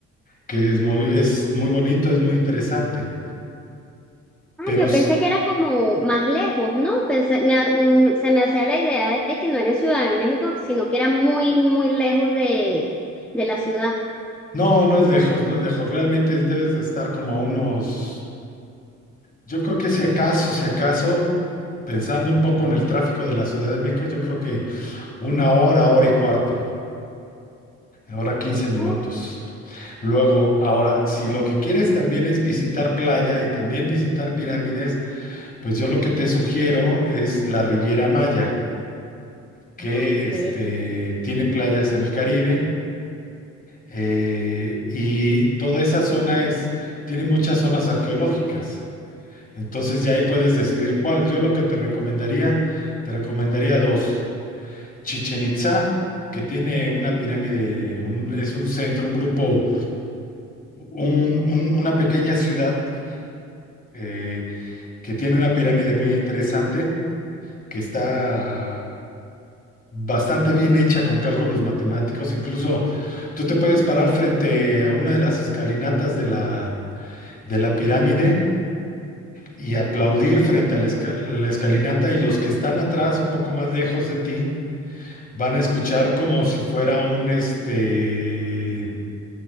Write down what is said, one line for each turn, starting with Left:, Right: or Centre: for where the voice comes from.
Left: que es muy, es muy bonito, es muy interesante.
Centre: Ah,
Left: Pero
Centre: yo
Left: s-
Centre: pensé que era como más lejos, ¿no? Pensé, me ha- mm, se me hacía la idea de que no era en Ciudad de México, sino que era muy, muy lejos de, de la ciudad.
Left: no, no es lejos, no es lejos. Realmente debes de estar como a unos, yo creo que si acaso, si acaso, pensando un poco en el tráfico de la Ciudad de México, yo creo que una hora, hora y cuarto, hora quince minutos.
Centre: Ok.
Left: Luego, ahora, si lo que quieres también es visitar playa y también visitar pirámides, pues yo lo que te sugiero es la Riviera Maya que
Centre: Ah, ok.
Left: este, tiene playas en el Caribe eh, y toda esa zona es, tiene muchas zonas arqueológicas. Entonces ya ahí puedes decidir cuál. Yo lo que te recomendaría, te recomendaría dos. Chichen Itzá, que tiene una pirámide, un- es un centro, un grupo, un- un- una pequeña ciudad eh, que tiene una pirámide muy interesante, que está bastante bien hecha con cálculos matemáticos. Incluso tú te puedes parar frente a una de las escalinatas de la, de la pirámide y aplaudir frente a la, esca- la escalinata y los que están atrás, un poco más lejos de ti, van a escuchar como si fuera un, este,